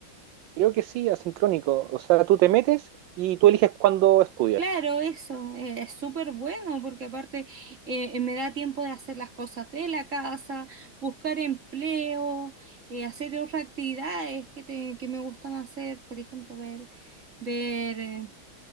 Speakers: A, on the right; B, on the right.
A: Creo que sí, asincrónico. O sea, tú te metes y tú eliges cuándo estudias.
B: Claro, eso eh, es súper bueno porque aparte eh, me da tiempo de hacer las cosas de la casa, buscar empleo, eh, hacer otras actividades que, te- que me gustan hacer, por ejemplo, ver, ver eh,